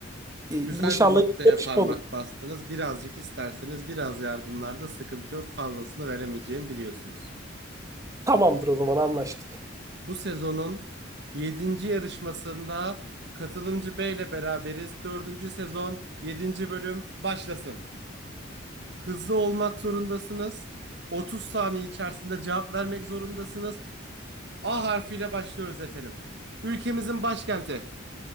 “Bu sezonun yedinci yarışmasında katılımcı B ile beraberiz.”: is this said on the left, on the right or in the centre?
Right